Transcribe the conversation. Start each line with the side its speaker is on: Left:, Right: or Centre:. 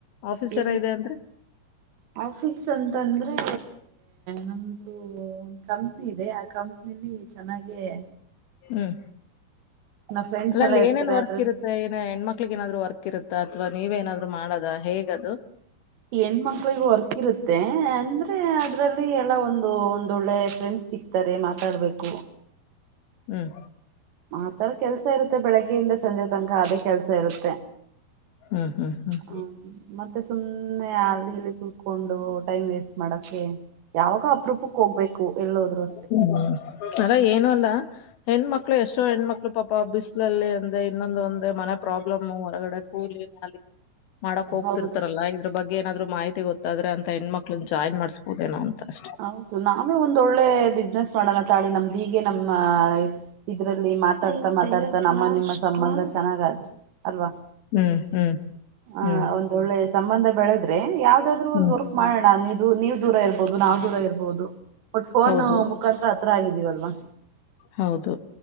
Left: ಆಫೀಸ್
Right: ಏ
Left: ಏನೋ ಇದೆ ಅಂದ್ರೆ
Right: ಆಫೀಸ್ ಅ ಅಂತಂದ್ರೆ ನಮ್ದು ಕಂಪ್ನಿ ಇದೆ ಆ ಕಂಪ್ನಿಲಿ ಚೆನ್ನಾಗಿದೆ
Left: ಹ್ಮ್
Right: ಫ್ರೆಂಡ್ಸ್
Left: ಅಲ್ಲ
Right: ಎಲ್ಲ
Left: ಅಲ್ಲಿ
Right: ಇರ್ತಾರೆ
Left: ಏನೇನ್ ವರ್ಕ್
Right: ಅದ್ರ
Left: ಇರುತ್ತೆ ಏನ ಹೆಣ್ಮಕ್ಳಿಗೆ ಏನಾದ್ರು ವರ್ಕ್ ಇರುತ್ತಾ ಅಥವಾ ನೀವೇನಾದ್ರು ಮಾಡದ ಹೇಗದು
Right: ಹೆಣ್ಣಮಕ್ಳಿಗೆ ವರ್ಕ್ ಇರುತ್ತೆ ಅಂದ್ರೆ ಅದ್ರಲ್ಲಿ ಎಲ್ಲ ಒಂದು ಒಂದೊಳ್ಳೆ ಫ್ರೆಂಡ್ಸ್ ಸಿಗ್ತಾರೆ ಮಾತಾಡ್ಬೇಕು
Left: ಹ್ಮ್
Right: ಮಾತಡ ಕೆಲ್ಸ ಇರುತ್ತೆ ಬೆಳಗ್ಗೆಯಿಂದ ಸಂಜೆ ತನಕ ಅದೇ ಕೆಲ್ಸ ಇರುತ್ತೆ
Left: ಹ್ಮ್ ಹ್ಮ್ ಹ್ಮ್ ಹ್ಮ್
Right: ಹ ಮತ್ತೆ ಸುಮ್ಮನೆ ಅಲಿ ಇಲಿ ಕುತ್ಕೊಂಡು ಟೈಮ್ ವೇಸ್ಟ್ ಮಾಡಕೆ ಯಾವಾಗ ಅಪರೂಪಕ್ ಹೋಗ್ಬೇಕು ಎಲ್ಲೋದ್ರು ಅಷ್ಟೆ
Left: ಹ ಅರ ಏನು ಅಲ್ಲ ಹೆಣ್ಣಮಕ್ಳು ಎಷ್ಟೋ ಹೆಣ್ಣಮಕ್ಳು ಪಾಪ ಬಿಸ್ಲಲ್ಲಿ ಅಂದೆ ಇನ್ನೊಂದು ಒಂದ ಮನೆ ಪ್ರಾಬ್ಲಮ್ ಹೊರಗಡೆ ಕೂಲಿ <unintelligible> ಮಾಡಕ್ ಹೋಗ್ತಿರ್ತಾರಲ್ಲ
Right: ಹೌದು
Left: ಇದ್ರ ಬಗ್ ಏನಾದ್ರು ಮಾಹಿತಿ ಗೊತ್ತಾದ್ರ ಅಂತ ಹೆಣ್ಮ ಮಕ್ಳು ಜಾಯ್ನ್ ಮಾಡಸ್ಬಹದೇನೋ ಅಂತ ಅಷ್ಟೆ
Right: ಹೌದು ನಾವೇ ಒಂದಳ್ಳೆ ಬಿಸ್ನೆಸ್ ಮಾಡೋಣ ತಾಳಿ ನಮ್ದೀಗೆ ನಮ್ಮ್ ಇದ್ರಲ್ಲಿ ಮಾತಾಡ್ತಾ ಮಾತಾಡ್ತಾ ನಮ್ಮ ನಿಮ್ಮ ಸಂಬಂಧ ಚೆನ್ನಾಗ ಆದ್ರೆ ಅಲ್ವಾ
Left: ಹ್ಮ್ ಹ್ಮ್
Right: ಹಾ
Left: ಹ್ಮ್
Right: ಒಂದು ಒಳ್ಳೆ ಸಂಬಂಧ ಬೆಳೆದ್ರೆ ಯಾವ್ದಾದ್ರು
Left: ಹ್ಮ್
Right: ಒಂದು ವರ್ಕ್ ಮಾಡೋಣ ನೀದು ನೀವ್ ದೂರ ಇರ್ಬೋದು ನಾವ್ ದೂರ ಇರ್ಬೋದು ಒಟ್ ಫೋನ್
Left: ಹೌದು
Right: ಮುಖಾಂತ್ರ ಹತ್ರ ಆಗಿದೀವಲ್ವಾ
Left: ಹೌದು